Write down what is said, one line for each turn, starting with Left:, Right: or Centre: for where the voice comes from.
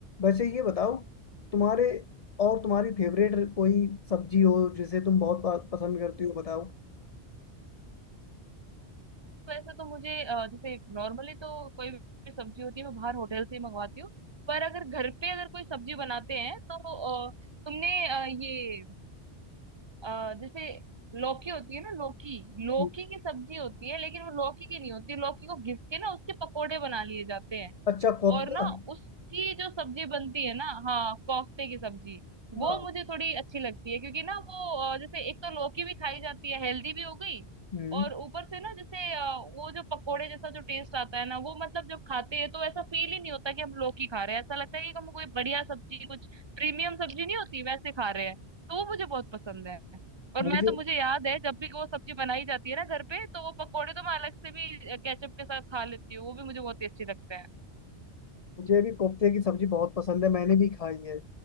Left: वैसे ये बताओ तुम्हारे और तुम्हारी फेवरेट कोई सब्जी हो जिसे तुम बहुत प- पसंद करती हो बताओ
Right: तो ऐसे तो मुझे अ, जैसे नॉर्मली तो कोई भी सब्जी होती है मैं बाहर होटल से ही मंगवाती हूँ पर अगर घर पे अगर कोई सब्जी बनाते हैं तो अ, तुमने अ, ये अ, जैसे लौकी होती है ना लौकी लौकी
Left: <laughs>
Right: की सब्जी होती है लेकिन वो लौकी की नहीं होती लौकी को घिस के ना उसके पकोड़े बना लिए जाते हैं
Left: अच्छा कोफ्ता
Right: और ना उसकी जो सब्जी बनती है ना हाँ कोफ्ते की सब्जी
Left: हाँ
Right: वो मुझे थोड़ी अच्छी लगती है क्योंकि ना वो अ, जैसे एक तो लौकी भी खाई जाती है हेल्दी भी हो गई
Left: हम्म
Right: और ऊपर से ना जैसे अ, वो जो पकोड़े जैसा जो टेस्ट आता है ना वो मतलब जब खाते हैं तो ऐसा फील ही नहीं होता कि हम लौकी खा रहे हैं ऐसा लगता है कि हम कोई बढ़िया सब्जी कुछ प्रीमियम सब्जी नहीं होती वैसे खा रहे हैं तो वो मुझे बहुत पसंद है और
Left: मुझे
Right: मैं तो मुझे याद है जब भी वो सब्जी बनाई जाती है ना घर पे तो वो पकोड़े तो मैं अलग से भी केचप के साथ खा लेती हूँ वो भी मुझे बहुत टेस्टी लगता है
Left: मुझे भी कोफ्ते की सब्जी बहुत पसंद है मैंने भी खाई है